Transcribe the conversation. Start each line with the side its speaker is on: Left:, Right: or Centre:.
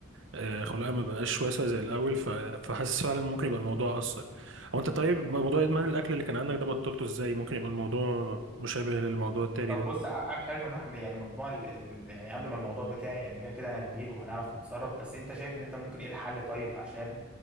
Right: آه، خلقها ما بقاش واسع زي الأول ف... فحاسس فعلا ممكن يبقى الموضوع أثر هو أنت طيب موضوع إدمان الأكل اللي كان عندك ده بطلته إزاي ممكن يبقى الموضوع مشابه للموضوع التاني
Centre: طب
Right: ده
Centre: بص قبل قبل ما نروح يعني مجموع ال... ال- يعني قبل ما الموضوع بتاعي يعني كده كده انا كبير وهنعرف نتصرف بس انت شايف ان انت ممكن ايه الحل طيب عشان